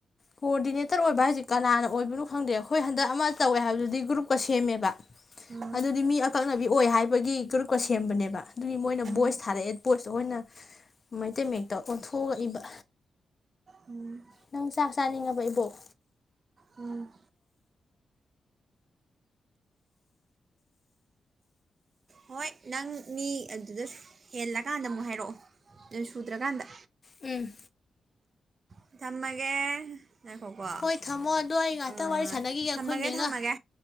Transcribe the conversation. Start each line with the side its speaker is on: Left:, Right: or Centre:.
Left: ꯀꯣꯑꯣꯗꯤꯅꯦꯇꯔ ꯑꯣꯏꯕ ꯍꯥꯏꯖꯤ ꯀꯅꯥꯅ ꯑꯣꯏꯕꯅꯣ ꯈꯪꯗꯦ ꯑꯈꫭꯏ ꯍꯟꯗꯛ ꯑꯃ ꯇꯧꯋꯦ ꯍꯥꯏꯕꯗꯨꯗꯤ ꯒ꯭ꯔꯨꯞꯀ ꯁꯦꯝꯃꯦꯕ
Right: ꯎꯝ
Left: ꯑꯗꯨꯗꯤ ꯃꯤ ꯑꯀꯛꯅꯕꯤ ꯑꯣꯏ ꯍꯥꯏꯕꯒꯤ ꯒ꯭ꯔꯨꯞꯀ ꯁꯦꯝꯕꯅꯦꯕ ꯑꯗꯨꯗꯤ ꯃꯣꯏꯅ
Right: ꯎꯝ
Left: ꯚꯣꯏꯁ ꯊꯥꯔꯛꯑꯦ ꯕꫭꯏꯁꯇ ꯑꯣꯏꯅ ꯃꯩꯇꯩ ꯃꯌꯦꯛꯇ ꯑꯣꯟꯊꯣꯛ ꯑꯒꯏꯕ
Right: ꯎꯝ
Left: ꯅꯪ ꯆꯥꯛ ꯆꯥꯅꯤꯡꯉꯕ ꯏꯕꯣꯛ
Right: ꯎꯝ ꯍꯣꯏ ꯅꯪ ꯃꯤ ꯑꯗꯨꯗ ꯍꯦꯜꯂꯀꯥꯟꯗ ꯑꯃꯨꯛ ꯍꯥꯏꯔꯛꯑꯣ ꯑꯦ ꯁꯨꯗ꯭ꯔꯀꯥꯟꯗ
Left: ꯎꯝ
Right: ꯎꯝ ꯊꯝꯃꯒꯦ ꯉꯥꯏꯈꯣꯀꯣ
Left: ꯍꯣꯏ ꯊꯝꯃꯣ ꯑꯗꫭ ꯑꯩ
Right: ꯑꯥ
Left: ꯉꯥꯛꯇ ꯋꯥꯔꯤ ꯁꯥꯟꯅꯒꯤꯒꯦ ꯑꯩꯈꯣꯏ
Right: ꯊꯝꯃꯒꯦ
Left: ꯅꯦꯒ
Right: ꯊꯝꯃꯒꯦ